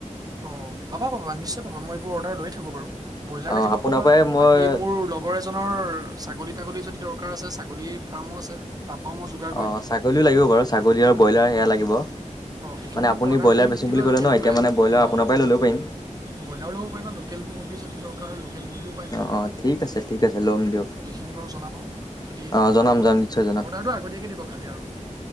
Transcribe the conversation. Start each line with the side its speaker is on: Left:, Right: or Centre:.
Right: অ' পাবা, পাবা, নিশ্চয় পাবা। মই এইবোৰ অৰ্ডাৰ লৈ থাকো বাৰু। ব্ৰইলাৰ
Left: অ
Right: লাগিলেও
Left: আপোনাৰ
Right: ক'বা,
Left: পৰাই মই
Right: বাকী মোৰ লগ আগৰ এজনৰ ছাগলী-তাগলী যদি দৰকাৰ আছে, ছাগলীৰ ফাৰ্মো আছে। তাপাও মই যোগা
Left: অ' ছাগলীও লাগিব বাৰু, ছাগলী আৰু ব্ৰইলাৰ সেয়া লাগিব।
Right: অঁ সেইখিনি
Left: মানে আপুনি
Right: মোক অৰ্ডাৰ
Left: বইলাৰ
Right: তুমি
Left: বেচিম
Right: দি দিবা
Left: বুলি ক'লে
Right: কেলকুলেট
Left: ন', এতিয়া মানে বইলাৰ
Right: অঁ
Left: আপোনাৰ পৰাই ল'ব পাৰিম।
Right: ব্ৰইলাৰো ল'ব পাৰিবা, লোকেল মুৰ্গী যদি দৰকাৰ হয় লোকেল মুৰ্গীও পাই যাবা।
Left: অ অ ঠিক আছে ঠিক আছে ল'ম দিয়ক
Right: এইখিনি বাৰু জনাব, যদি
Left: অ
Right: দৰকাৰ
Left: জনাম
Right: হয়।
Left: জনাম নিশ্চয় জনাম
Right: অৰ্ডাৰটো আগতীয়াকে দিব খালী আৰু।